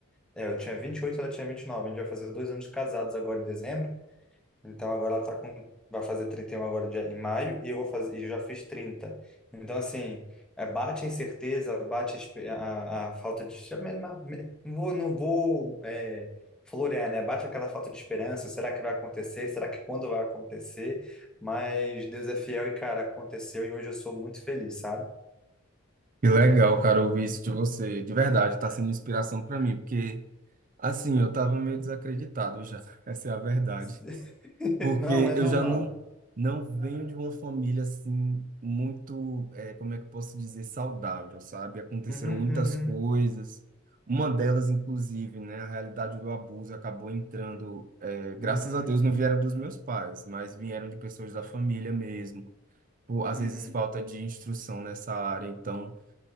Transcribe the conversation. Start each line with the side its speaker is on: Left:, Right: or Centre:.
Centre: É, eu tinha vinte e oito ela tinha vinte e nove A gente vai fazer dois anos de casados agora em dezembro. Então agora ela tá com vai fazer 31 agora dia- em maio e eu vou fazer e eu já fiz trinta Então assim, é, bate a incerteza, bate a, espe- a- a falta de mas- mas- mas- não vou, não vou é, florear, né? Bate aquela falta de esperança, será que vai acontecer? Será que quando vai acontecer? Mas Deus é fiel e cara, aconteceu e hoje eu sou muito feliz, sabe?
Right: Que legal, cara, ouvir isso de você. De verdade, tá sendo inspiração para mim, porque assim, eu tava meio desacreditado já. <laughs> Essa é a verdade.
Centre: <laughs>
Right: Porque
Centre: Não, é
Right: eu
Centre: normal.
Right: já não não venho de uma família assim muito, eh, como é que eu posso dizer, saudável, sabe? Aconteceram
Centre: Uhum,
Right: muitas
Centre: uhum,
Right: coisas. Uma delas, inclusive, né, a realidade do abuso acabou entrando, eh, graças
Centre: uhum,
Right: a Deus não vieram dos meus pais, mas vieram de pessoas da família mesmo. Por, às
Centre: uhum.
Right: vezes falta de instrução nessa área, então